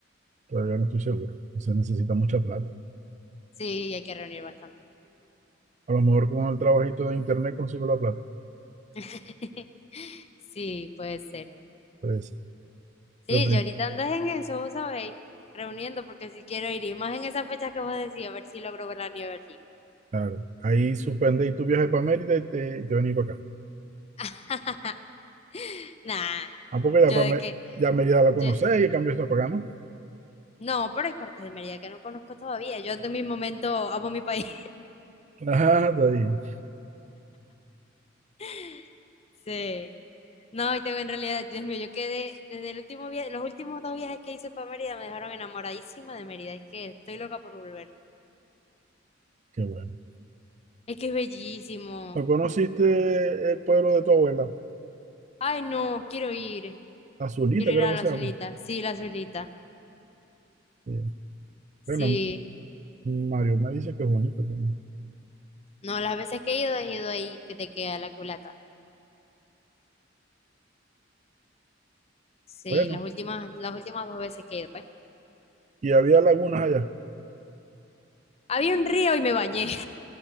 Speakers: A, on the right; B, on the left.
A: todavía no estoy seguro. Se necesita mucha plata.
B: Sí, hay que reunir bastante.
A: A lo mejor con el trabajito de internet consigo la plata,
B: <laughs> Sí, puede ser.
A: puede ser.
B: Sí,
A: Pero prim-
B: yo ahorita ando en eso, vos sabéis, reuniendo, porque si quiero ir, y más en esas fechas que vos decís, a ver si logro ver la nieve así.
A: claro, ahí suspende y tu viaje para Mérida y te, y te venís para acá.
B: <laughs> Nah.
A: Ah, porque ya,
B: Yo
A: pa'
B: de
A: Mé-
B: que,
A: ya Mérida la
B: yo,
A: conocés y en cambio está para acá, ¿no?
B: no, pero hay partes de Mérida que no conozco todavía. Yo ando en mi momento, amo mi país.
A: Ah, está bien.
B: <laughs> Sí. No, y tengo en realidad, Dios mío, yo quedé desde el último viaje, los últimos dos viajes que hice para Mérida me dejaron enamoradísima de Mérida. Es que estoy loca por volver.
A: Qué bueno.
B: Es que es bellísimo.
A: ¿No conociste el pueblo de tu abuela?
B: Ay, no, quiero ir.
A: Azulita,
B: Quiero
A: creo
B: ir a
A: que
B: la
A: se
B: Zulita.
A: llama.
B: Sí, la Zulita.
A: Sí.
B: Sí.
A: Bueno, Mario me dice que es bonito también.
B: No, las veces que he ido, he ido ahí que te queda la culata. Sí,
A: Bueno,
B: las últimas, las últimas dos veces que he ido, pues.
A: y había lagunas allá.
B: Había un río y me bañé.